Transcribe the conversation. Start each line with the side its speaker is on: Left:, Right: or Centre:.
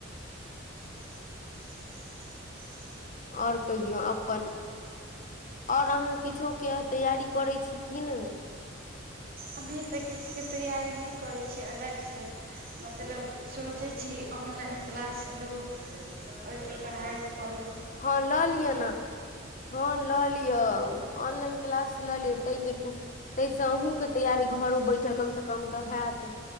Right: <unintelligible>
Left: ओर कहियो अपन आऔर अहाँ किछो के तैयारी करै छी ईन <unintelligible>
Right: अभी तऽ किछुके तैयारी नहि करैत छीयै अलगसँ मतलब सोचै छी छी ऑनलाइन क्लास लू ओहिके पढ़ाइ करू
Left: हँ लऽ लिअ ने हँ लऽ लिअ ऑनलाइन क्लास लऽ लिअ ताहिके ताहि से अहूँके तैयारी घरो बैठल कम से कम तऽ होयत